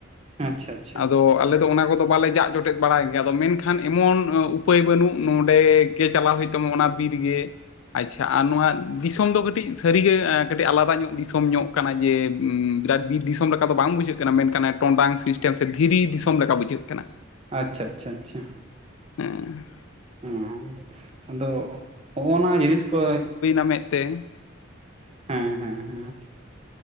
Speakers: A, on the right; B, on the left.
A: ᱦᱮᱸ ᱟᱪᱷᱟ
B: ᱟᱫᱚ ᱟᱞᱮ ᱫᱚ ᱚᱱᱟ ᱠᱚᱫᱚ ᱵᱟᱞᱮ ᱡᱟᱜ ᱡᱚᱴᱮᱫ ᱵᱟᱲᱟᱭ ᱜᱮᱭᱟ ᱟᱫᱚ ᱢᱮᱱᱠᱷᱟᱱ ᱮᱢᱚᱱ ᱩᱯᱟᱹᱭ ᱵᱟᱹᱱᱩᱜ ᱱᱚᱰᱮ ᱜᱮ ᱪᱟᱞᱟᱣ ᱦᱩᱭᱩᱜ ᱛᱟᱢᱟ ᱚᱱᱟ ᱵᱤᱨ ᱜᱮ, ᱟᱪᱪᱷᱟ ᱟᱨ ᱱᱚᱣᱟ ᱫᱤᱥᱚᱢ ᱫᱚ ᱠᱟᱹᱴᱤᱡ ᱥᱟᱹᱨᱤᱜᱮ ᱠᱟᱹᱴᱤᱡ ᱟᱞᱟᱫᱟ ᱧᱚᱜ ᱫᱤᱥᱚᱢ ᱧᱚᱜ ᱠᱟᱱᱟ ᱡᱮ ᱵᱤᱨᱟᱴ ᱵᱤᱨ ᱫᱤᱥᱚᱢ ᱞᱮᱠᱟ ᱫᱚ ᱵᱟᱝ ᱵᱩᱡᱷᱟᱹᱜ ᱠᱟᱱᱟ ᱢᱮᱱᱠᱷᱟᱱ ᱴᱚᱸᱰᱟᱝ ᱥᱤᱥᱴᱮᱢ ᱥᱮ ᱫᱷᱤᱨᱤ ᱫᱤᱥᱚᱢ ᱞᱮᱠᱟ ᱵᱩᱡᱷᱟᱹᱜ ᱠᱟᱱᱟ᱾
A: ᱟᱪᱪᱷᱟ ᱟᱪᱪᱷᱟ ᱟᱪᱪᱷᱟ
B: ᱦᱮ
A: ᱚᱸ ᱟᱫᱚ ᱦᱚᱜ-ᱱᱟ ᱡᱤᱱᱤᱥ ᱠᱚ
B: ᱢᱮᱜ ᱛᱮ
A: ᱦᱮᱸ ᱦᱮᱸ ᱦᱮᱸ